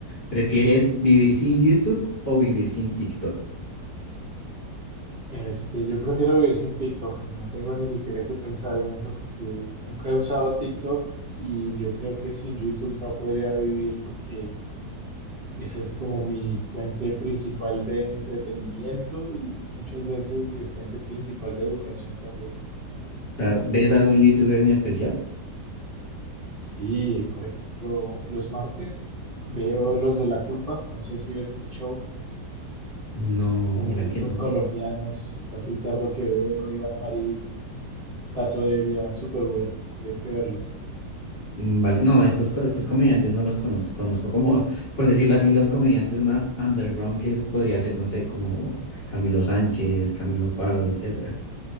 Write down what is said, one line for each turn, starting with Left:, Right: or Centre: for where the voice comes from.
Left: ¿Prefieres vivir sin YouTube o vivir sin TikTok?
Right: Este, yo prefiero vivir sin TikTok. No tengo ni siquiera que pensar en eso porque nunca he usado TikTok y yo creo que sin YouTube no podría vivir porque esa es como mi fuente principal de entretenimiento y muchas veces mi fuente principal de educación también.
Left: Claro, ¿ves algún YouTuber en especial?
Right: Sí, por ejemplo, los martes veo Los de la Culpa. No sé si ves ese show.
Left: No,
Right: Humoristas
Left: mira que no.
Right: colombianos, está Ricardo Quevedo, Iván Marín, Tato Devia, súper bueno, tienes que verlo.
Left: Mm, Vale, no, estos, co- estos comediantes no los conozco, conozco como, <laughs> por decirlo así, los comediantes más underground que es- podría ser, no sé, como Camilo Sánchez, Camilo Pardo, etcétera.